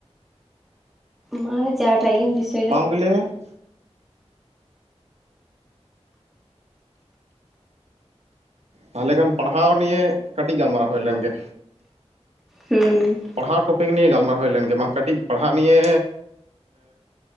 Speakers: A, in the centre; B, on the right (about 70°).
A: ᱦᱚᱸ ᱡᱟᱦᱟᱸ ᱴᱟᱜ ᱜᱮᱢ ᱫᱤᱥᱟᱹ
B: ᱟᱢ ᱜᱮ ᱞᱟᱹᱭ ᱢᱮ ᱾ ᱛᱟᱦᱚᱞᱮ ᱠᱷᱟᱱ ᱯᱟᱲᱦᱟᱣ ᱱᱤᱭᱟᱹ ᱠᱟᱹᱴᱤᱡ ᱜᱟᱞᱢᱟᱨᱟᱣ ᱦᱩᱭ ᱞᱮᱱ ᱜᱮ᱾
A: ᱦᱩᱸ᱾
B: ᱯᱟᱲᱦᱟᱣ ᱴᱚᱯᱤᱠ ᱱᱤᱭᱮ ᱜᱟᱞᱢᱟᱨ ᱦᱩᱭ ᱞᱮᱱ ᱜᱮ ᱵᱟᱝ ᱠᱟᱹᱴᱤᱡ ᱯᱟᱲᱦᱟᱣ ᱱᱤᱭᱮᱻ